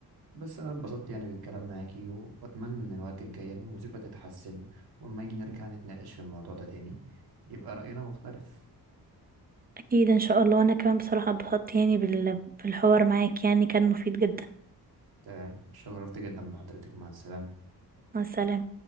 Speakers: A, on the right; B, on the right.
A: بس انا اتبسطت يعني بالكلام معاكي واتمنى ان الوقت الجاي إن الموسيقى تتحسن واما يجي نرجع نتناقش في الموضوع ده تاني يبقى رأينا مختلف
B: اكيد ان شاء الله وانا كمان بصراحة اتبسطت يعني بال- بالحوار معاك يعني كان مفيد جدا
A: تمام شرفت جدا بحضرتك مع السلامة
B: مع السلامة